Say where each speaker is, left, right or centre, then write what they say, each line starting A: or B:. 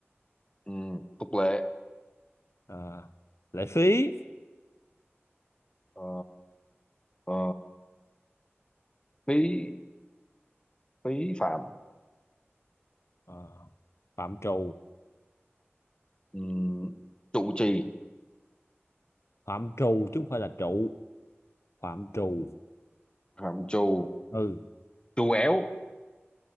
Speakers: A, on the left; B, on the left.
A: ừ, tục lệ
B: ờ, lệ phí
A: ờ, ờ, phí phí phạm
B: ờ, phạm trù
A: ừ, trụ trì
B: phạm trù chứ không phải là trụ phạm trù
A: phạm trù
B: ừ
A: trù éo